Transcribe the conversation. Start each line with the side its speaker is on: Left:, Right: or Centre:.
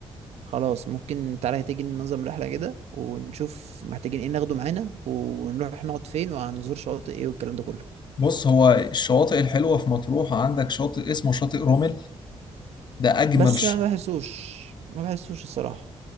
Right: خلاص ممكن تعالى تيجي ننظم رحلة كده ونشوف محتاجين ايه ناخده معانا ونروح نقعد فين وهنزور شواطئ ايه والكلام ده كله
Left: بص هو الشواطئ الحلوة في مطروح عندك شاطئ اسمه شاطئ رومل ده أجمل
Right: بس
Left: ش...
Right: ما بحسوش ما بحسوش الصراحة